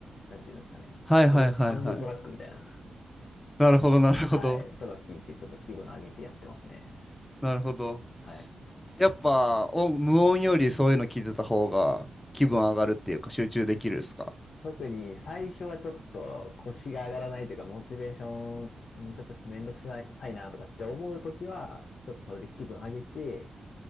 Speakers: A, on the left; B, on the left.
A: なんていうんですかね。
B: はいはいはいはい。
A: サウ、サウンドトラックみたいな。
B: なるほどなるほど。
A: はい。とか聞いてちょっと気分上げてやってますね。
B: なるほど。
A: はい。
B: やっぱ音、無音よりそういうの聞いてた方が気分上がるっていうか集中できるですか
A: 特に最初はちょっと腰が上がらないというか、モチベーション、うんちょっとしめんどくさいさいなとかって思うときは、ちょっとそれで気分上げて、